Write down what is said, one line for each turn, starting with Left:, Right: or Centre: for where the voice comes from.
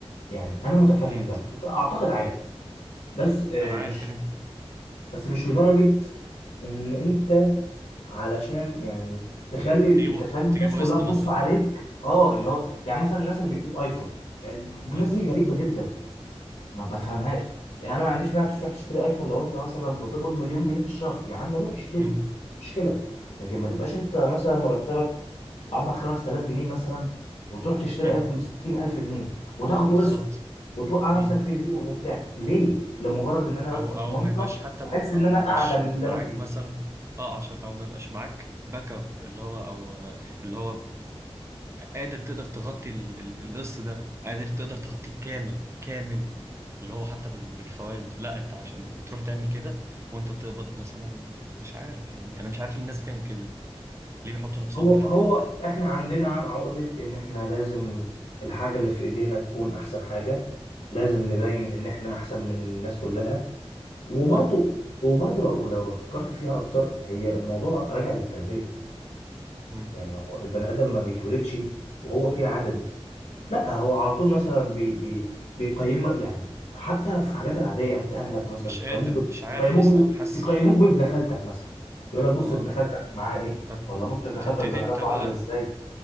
Left: يعني انا متفهم
Right: اكيد
Left: ده وده اعتقد
Right: اكيد
Left: عادي بس آه،
Right: انا
Left: مش
Right: عارف ان انت
Left: بس مش لدرجة ان انت علشان يعني تخلي
Right: تجيبوا
Left: تخلي الناس
Right: تجيبوا
Left: كلها
Right: قسط
Left: تبص
Right: مثلا
Left: عليك اه اللي هو يعني مثلا الناس اللي بتجيب ايفون آه، الناس
Right: ما
Left: دي
Right: آه.
Left: غريبة جدا ما بفهمهاش
Right: مم.
Left: يعني انا ما عنديش مانع تروح تشتري ايفون لو انت مثلا بتقبض مليون جنيه في الشهر يا عم روح اشتري
Right: مم.
Left: مشكله لكن ما تبقاش انت مثلا مرتبك 4 5000 جنيه مثلا وتروح تشتري
Right: وتجيب
Left: ايفون ب 60000 جنيه وتاخده
Right: بالظبط
Left: قسط وتوقع
Right: مم.
Left: نفسك في ديون وبتاع ليه لمجرد ان انا
Right: او
Left: بس
Right: او
Left: اتمنظر
Right: ما يبقاش حتى
Left: واحس ان
Right: او
Left: انا
Right: ما يبقاش
Left: اعلى من
Right: معاك
Left: اللي انا فيه
Right: مثلا اه عشان او ما يبقاش معاك باك اب اللي هو او آه، اللي هو قادر تقدر تغطي ال- ال- القسط ده قادر تقدر تغطيه كامل كامل اللي هو حتى بال- بالفوائد لا انت عشان بتروح تعمل كده وانت بتقبض مثلا مش عارف يعني انا مش عارف الناس بتعمل كده ليه بيحطوا نفسهم
Left: هو
Right: تحت
Left: هو
Right: ال... تحت
Left: احنا عندنا عقدة ان احنا لازم الحاجة اللي في ايدينا تكون احسن حاجة لازم
Right: مم.
Left: نبين ان احنا احسن من الناس كلها وبرضه
Right: بالظبط
Left: وبرضه لو لو فكرت فيها اكتر هي الموضوع راجع للتربيه
Right: مم.
Left: يعني هو البني ادم ما بيتولدش وهو فيه العاده دي لا هو على طول مثلا بي بي بيقيم يعني حتى في الحاجات العاديه يعني انت اهلك مثلا
Right: مش
Left: بيقيموك
Right: قادر مش
Left: ب-
Right: عارف
Left: بيقيموك
Right: اصلا حاسس
Left: بيقيموك بابدخلتك مثلا يقول لك بص
Right: اه
Left: ابدخلتك معاه ايه
Right: فت...
Left: ولا بص ابدخلتك
Right: فتبتدي
Left: درجاته
Right: انت بقى
Left: عامله ازاي